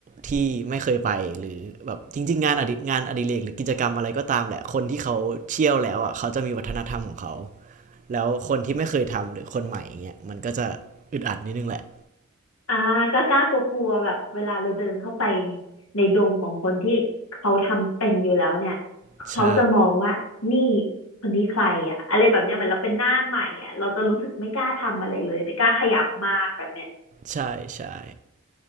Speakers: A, on the right; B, on the left.
A: ที่ไม่เคยไปหรือแบบจริงๆงานอดิงานอดิเรกหรือกิจกรรมอะไรก็ตามแหละคนที่เขาเชี่ยวแล้วอ่ะเขาจะมีวัฒนธรรมของเขาแล้วคนที่ไม่เคยทำหรือคนใหม่องเงี้ยมันก็จะอึดอัดนิดนึงแหละ
B: อ่ากล้ากล้ากลัวกลัวแบบเวลาเราเดินเข้าไปในดงของคนที่เขาทำเป็นอยู่แล้วเนี่ย
A: ใช่
B: เขาจะมองว่านี่คนนี้ใครอ่ะอะไรแบบเนี้ยเหมือนเราเป็นหน้าใหม่อ่ะเราจะรู้สึกไม่กล้าทำอะไรเลยไม่กล้าขยับมากแบบเนี้ย
A: ใช่ใช่